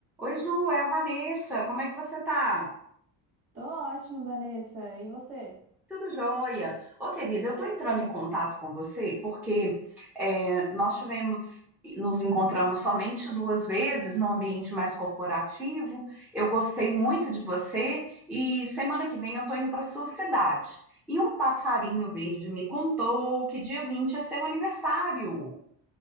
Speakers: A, in the centre; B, on the right (about 35°).
A: Oi, Ju, é a Vanessa. Como é que você tá?
B: Tô ótimo, Vanessa. E você?
A: Tudo jóia. Ô, querida, eu tô entrando em contato com você porque é, nós tivemos, nos encontramos somente duas vezes no ambiente mais corporativo. Eu gostei muito de você e semana que vem eu tô indo para sua cidade. E um passarinho verde me contou que dia 20 é seu aniversário.